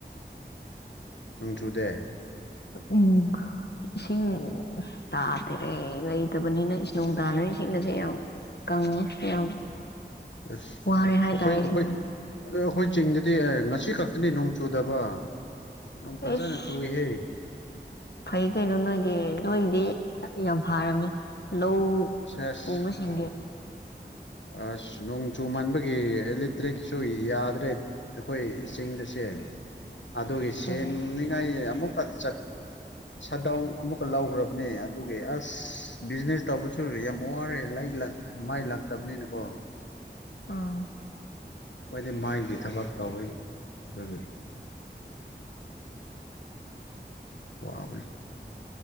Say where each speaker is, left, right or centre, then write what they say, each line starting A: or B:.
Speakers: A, on the left; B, on the left.
A: ꯅꯣꯡꯖꯨꯗꯦ
B: ꯎꯝ ꯏꯁꯤꯡ ꯇꯥꯗꯦꯔꯦ ꯂꯩꯇꯕꯅꯤꯅ ꯏ ꯅꯣꯡ ꯇꯥꯗꯅ ꯏꯁꯤꯡ ꯑꯁꯦ ꯌꯥꯝ ꯀꯪꯉꯦ ꯌꯥꯝ
A: ꯑꯁ
B: ꯋꯥꯔꯦ ꯍꯥꯏꯇꯥꯔꯦ
A: ꯑꯩꯈꯣꯏ ꯑꯩꯈꯣꯏ
B: ꯏꯁꯤꯡꯅ
A: ꯑꯩꯈꯣꯏ ꯆꯤꯡꯗꯗꯤ ꯉ ꯑꯁꯤ ꯈꯛꯇꯅꯤ ꯅꯣꯡ ꯆꯨꯗꯕ ꯅꯣꯡ ꯐꯖꯅ
B: ꯑꯦꯁ
A: ꯆꯨꯏꯍꯦ
B: ꯐꯩ ꯀꯩꯅꯣ ꯅꯣꯏꯒꯤ ꯅꯣꯏꯗꯤ ꯌꯥ ꯂꯧ
A: ꯁꯦꯁ
B: ꯎꯃ ꯁꯤꯒꯦ
A: ꯑꯁ ꯅꯣꯡ ꯆꯨ ꯃꯥꯟꯕꯒꯤ ꯏꯂꯦꯛꯇ꯭ꯔꯤꯛꯁꯨ ꯌꯥꯗ꯭ꯔꯦ ꯑꯩꯈꯣꯏ ꯆꯤꯡꯗꯁꯦ ꯑꯗꯨꯒꯤ ꯁꯦꯝꯅꯤꯡꯉꯥꯏ
B: ꯎꯝ
A: ꯑꯃꯨꯛ ꯆꯠ ꯁꯥꯗꯥꯎ ꯑꯃꯨꯛꯀ ꯂꯧꯈ꯭ꯔꯕꯅꯦ ꯑꯗꯨꯒꯤ ꯑꯁ ꯕꯤꯖꯤꯅꯦꯁ ꯇꯧꯕꯁꯨ ꯌꯥꯝ ꯋꯥꯔꯦ ꯂ ꯂꯛ ꯃꯥꯏ ꯂꯛ ꯇꯕꯅꯤꯅꯀꯣ
B: ꯑꯥ
A: ꯑꯣꯏꯗꯤ ꯃꯥꯏꯗꯤ ꯊꯕꯛ ꯇꯧꯋꯤ ꯑꯗꯨꯒꯤ ꯋꯥꯕꯅꯤ